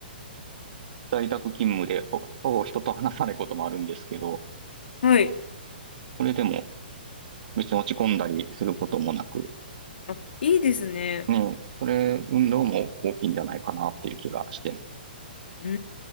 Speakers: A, on the right; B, on the left.
A: 在宅勤務でほほぼ人と話さないこともあるんですけど、
B: はい。
A: それでも別に落ち込んだりすることもなく、
B: あ、いいですね。
A: ね、それ運動も大きいんじゃないかなっていう気がしてます。
B: うー